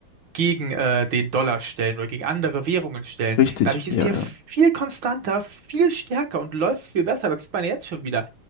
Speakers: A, on the right; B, on the left.
A: gegen äh, den Dollar stellen oder gegen andere Währungen stellen.
B: richtig.
A: Dadurch
B: Ja,
A: ist der
B: ja.
A: viel konstanter, viel stärker und läuft viel besser. Das sieht man jetzt schon wieder.